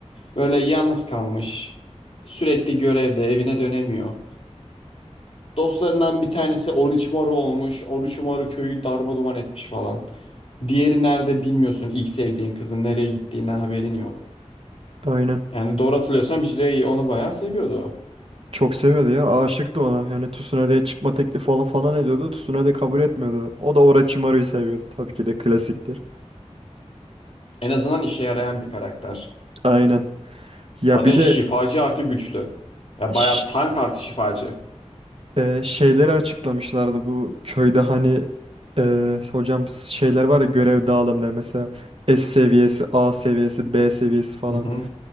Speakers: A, on the left (about 55°); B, on the right (about 50°).
A: Böyle yalnız kalmış. Sürekli görevde evine dönemiyor. Dostlarından bir tanesi Orochimaru olmuş. Orochimaru köyü darmaduman etmiş falan. Diğeri nerede bilmiyorsun. İlk sevdiğin kızın nereye gittiğinden haberin yok.
B: Aynen.
A: Yani doğru hatırlıyorsam Jiraiya onu bayağı seviyordu.
B: Çok seviyordu ya. Aşıktı ona. Yani Tsunade'ye çıkma teklifi falan falan ediyordu. Tsunade kabul etmiyordu. O da Orochimaru'yu seviyordu. Tabii ki de klasiktir.
A: En azından işe yarayan bir karakter.
B: Aynen. Ya
A: Kadın
B: bir de
A: şifacı artı güçlü. Ya bayağı
B: Şşş,
A: tank artı şifacı.
B: e, şeyleri açıklamışlardı bu köyde hani e, hocam şeyler var ya görev dağılımları mesela S seviyesi, A seviyesi, B seviyesi falan.
A: Hı hı.